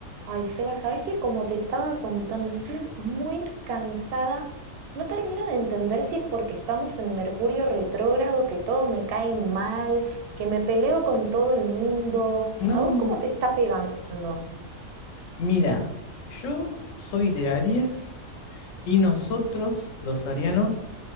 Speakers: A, on the right; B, on the left.
A: Ay, Seba, ¿sabes qué? Como te estaba contando, estoy muy cansada. No termino de entender si es porque estamos en Mercurio retrógrado, que todo me cae mal, que me peleo con todo el mundo.
B: No,
A: ¿A vos cómo te está pegando?
B: mira, yo soy de Aries y nosotros, los arianos,